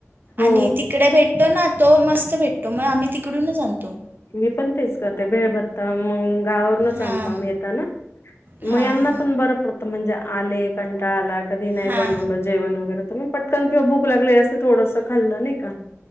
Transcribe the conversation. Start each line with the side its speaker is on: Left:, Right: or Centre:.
Left: हो
Right: आणि तिकडे भेटतो ना तो मस्त भेटतो. मग आम्ही तिकडूनच आणतो.
Left: मी पण तेच करते भेळभत्ता मग गावा वरुनच
Right: हां
Left: आणतो आम्ही येताना,
Right: हां
Left: म यांना पण बरंच पडत म्हणजे आले कंटाळा आला. कधी नाही
Right: हां
Left: बनवल जेवण वगैरे तर म पटकन किंवा भूक लागले असं थोडस खाल्ल नाही का